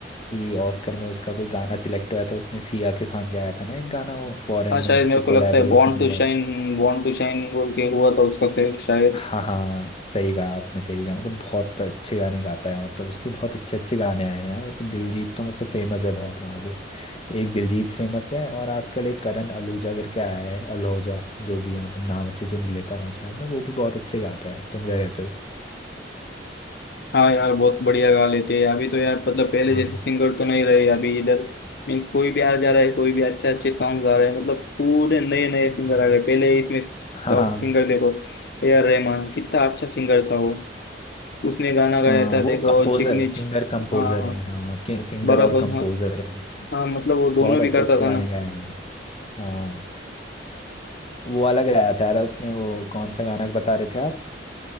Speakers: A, on the left (about 35°); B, on the left (about 60°).
A: कि ऑस्कर में उसका कोई गाना सिलेक्ट हुआ था उसने सिया के साथ गाया था ना एक गाना वो फॉरेन
B: हाँ शायद
A: में
B: मेरे
A: तो
B: को
A: कोलैबोरेशन
B: लगता है born to
A: हुआ
B: shine
A: था
B: born to shine बोल के हुआ था उसका सेट शायद
A: हाँ हाँ सही कहा आपने सही कहा मतलब बहुत अच्छे गाने गाता है मतलब उसके बहुत अच्छे अच्छे गाने आए हैं यार वो तो दिलजीत तो मतलब फेमस है बहुत वहाँ से एक दिलजीत फेमस है और आजकल एक करण अलूजा करके आया है अल्होजा जो भी है मतलब नाम अच्छे से नहीं ले पा रहा हूँ शायद मैं वो भी बहुत अच्छे गाता है तुम क्या कहते हो
B: हाँ यार बहुत बढ़िया गा लेते हैं अभी तो यार मतलब पहले
A: हाँ
B: जैसे सिंगर तो नहीं रहे अभी इधर मीन्स कोई भी आ जा रहा है कोई भी अच्छे अच्छे सॉन्ग आ रहे हैं मतलब पूरे नए नए सिंगर
A: हम्म।
B: आ रहे हैं पहले इसमें
A: हाँ
B: टॉप
A: हाँ
B: सिंगर देखो ए आर रहमान कितना अच्छा सिंगर था वो उसने गाना गाया
A: हाँ,
B: था देखो
A: वो कंपोजर
B: चिकनी
A: सिंगर
B: च-
A: कंपोजर
B: हाँ हाँ
A: है हाँ के सिंगर
B: बराबर
A: और कंपोजर
B: हाँ
A: है
B: हाँ मतलब वो दोनों
A: बहुत
B: भी
A: अच्छे
B: करता
A: अच्छे
B: था
A: गाने
B: ना
A: गाए हैं हाँ वो वाला गाया था यार उसने वो कौन सा गाना बता रहे थे आप